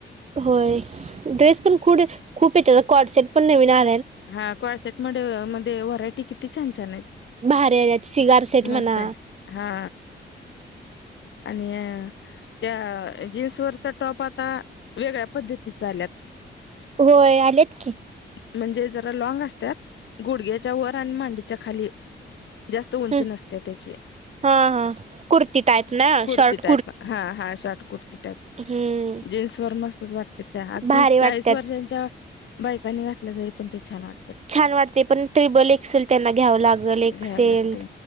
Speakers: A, on the right; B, on the left.
A: होय ड्रेस पण खू खूप येत कॉड सेट पण नवीन आ
B: हा कॅडसेट मड मध्ये व्हरायटी किती छान छान आहेत.
A: भारी आल्यात सिगारसेेट
B: मस्त
A: म्हणा.
B: आहे हा आणि त्या जीन्सवरचा टॉप आता वेगळ्या पद्धतीच आल्यात रथ
A: होय आलेत की
B: म्हणजे जरा लँंग असतात गुडग्याच्या वर आणि मांडीच्या खाली जास्त उंची
A: हम्म
B: नसते त्याचे
A: हा हा. कुर्ती टाईप ना
B: कुर्ती
A: शॉर्ट
B: टाईप हा हा शॉर्ट कुर्ती टाईप
A: हम्म
B: जीन्स वर मस्तच वाटत त्या अगदी
A: भारी वाटत्यात.
B: चाळीस वर्षांच्या बायकांनी घातल्या जाई पण ते छान वाटत
A: छान वाटते पण ट्रिबल एक्सेल त्यांना घ्यावं लागल एक्सेल
B: घ्यायला लागते